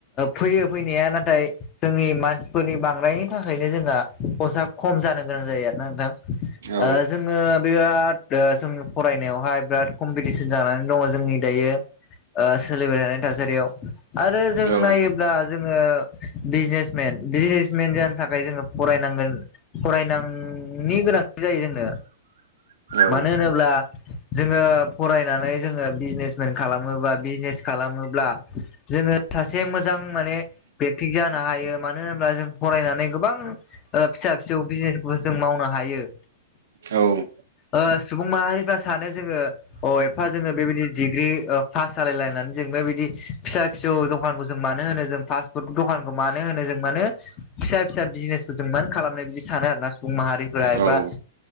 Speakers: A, on the left (about 35°); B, on the right (about 75°).
A: फैयो फैनाया नाथाय जोंनि मानसिफोरनि बांद्रायनायनि थाखायनो जोंहा फसा खम जानो गोनां जायो आरोना नोंथां
B: औ
A: ओ जोङो बिराद जों फरायनायावहाय बिराद कम्पिटिसन जानानै दङ जोंनि दायो सोलिबाय थानाय थासारियाव आरो जों
B: औ
A: नायोब्ला जोङो बिजनेस मेन बिजनेसमेन जानो थाखाय जोङो फरायनांगोन फरायनांनायनि गोनांथि जायो जोंनो
B: औ
A: मानो होनोब्ला जोङो फरायनानै जोङो बिजनेस खालामोबा बिजनेस खालामोब्ला जोङो सासे मोजां माने बे थिग जानो हायो मानो होनब्ला जों फरायनानै गोबां ओ फिसा फिसौ बिजनेसबो जों मावनो हायो।
B: औ।
A: ओ सुबुं माहारिफ्रा सानो जोङो अ' एप्पा जोङो बेबायदि डिग्रि ओ पास जालायलायनानै जों बेबायदि फिसा फिसौ दखानखौ जों मानो होनो जों फास्ट फुड दखानखौ मानो होनो जों मानो फिसा फिसा बिजनेसखौ जों मानो खालामनाय बिदि सानो आरोना सुबुं माहारिफोरा
B: औ
A: एबा